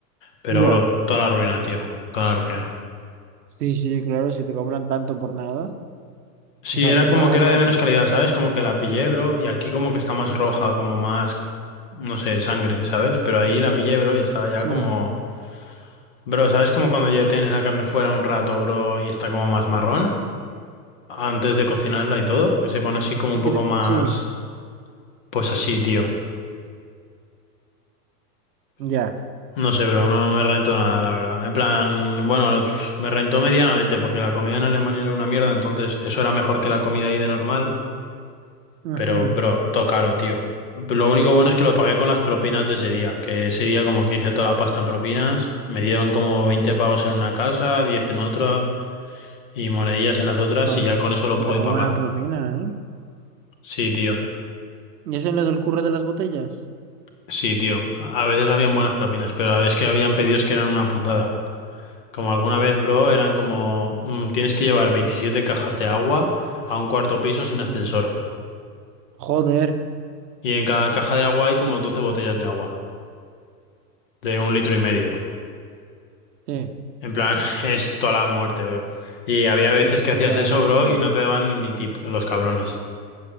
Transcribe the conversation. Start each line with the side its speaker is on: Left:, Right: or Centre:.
Left: Pero,
Right: Ya.
Left: bro, toda la ruina, tío. Toda la ruina.
Right: Sí, sí, claro, si te cobran tanto por nada.
Left: Sí,
Right: O sea,
Left: era
Right: por
Left: como
Right: nada
Left: que era
Right: no,
Left: de menos
Right: pero
Left: calidad, ¿sabes? Como que la pillé, bro. Y aquí como que está más roja,
Right: sí,
Left: como más, no sé, sangre, ¿sabes? Pero ahí la pillé, bro, y estaba ya
Right: sí.
Left: como... Bro, ¿sabes? Como cuando ya tienes la carne fuera un rato, bro, y está como más marrón. Antes de cocinarla y todo. Que se pone así como
Right: Sí,
Left: un poco
Right: cre-
Left: más...
Right: sí,
Left: Pues así, tío.
Right: ya.
Left: No sé, bro, no me rentó nada, la verdad. En plan, bueno, pf, me rentó medianamente porque la comida en Alemania era una mierda, entonces eso era mejor que la comida ahí de normal,
Right: Ujú.
Left: pero, bro, todo caro, tío. Lo único bueno es que lo pagué con las propinas de ese día, que ese día como que hice toda la pasta en propinas, me dieron como 20 pavos en una casa, 10 en otra y monedillas en las otras
Right: Joder,
Left: y ya con eso lo
Right: pero
Left: pude
Right: qué
Left: pagar.
Right: buena propina, ¿eh?
Left: Sí, tío,
Right: ¿Y eso es lo del curro de las botellas?
Left: sí, tío. A veces habían buenas propinas, pero a veces que habían pedidos que eran una putada. Como alguna vez, bro, eran como, mm, tienes que llevar 27 cajas de agua a un cuarto piso sin
Right: Sí.
Left: ascensor.
Right: Joder,
Left: Y en cada caja de agua hay como 12 botellas de agua, de un litro y medio.
Right: sí,
Left: En plan, <laughs> es toda la muerte, bro. Y había veces
Right: sí, es
Left: que
Right: puta
Left: hacías eso,
Right: máxima.
Left: bro, y no te daban ni tip, los cabrones.